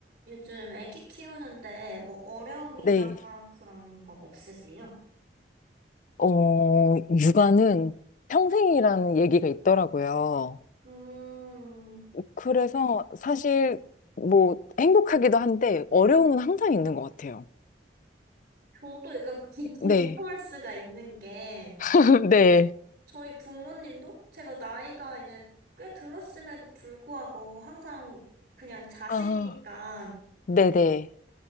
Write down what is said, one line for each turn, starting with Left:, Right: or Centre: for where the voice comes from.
Right: 요즘 애기 키우는데 뭐 어려움이나
Left: 네.
Right: 그런 거 없으세요?
Left: 어, 육아는 평생이라는 얘기가 있더라고요.
Right: 음,
Left: 그래서 사실 뭐 행복하기도 한데 어려움은 항상 있는 것 같아요.
Right: 저도 약간 <laughs> 그게
Left: 네.
Right: 공감할 수가 있는 게
Left: <laughs> 네.
Right: 저희 부모님도 제가 나이가 이제 꽤 들었음에도 불구하고 항상 그냥 자식이니까
Left: 아, 네네.